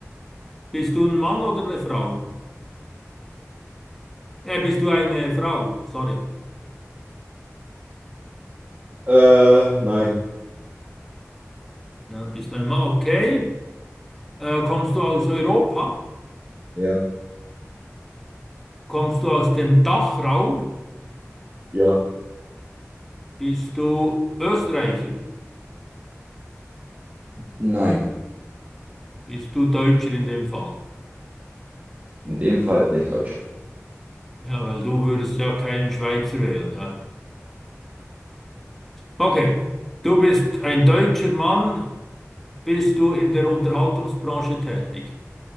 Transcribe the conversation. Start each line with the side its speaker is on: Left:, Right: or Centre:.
Centre: Bist du ein Mann oder eine Frau? Äh, bist du eine Frau? Sorry.
Right: Äh, nein.
Centre: Ja, bist du ein Mann? Okay. Äh, kommst du aus Europa?
Right: Ja.
Centre: Kommst du aus dem Dachraum?
Right: Ja.
Centre: Bist du Österreicher?
Right: Nein.
Centre: Bist du Deutscher in dem Fall?
Right: In dem Fall bin ich Deutscher.
Centre: Ja, weil du würdest ja keinen Schweizer wählen. Ja. Okay. Du bist ein deutscher Mann. Bist du in der Unterhaltungsbranche tätig?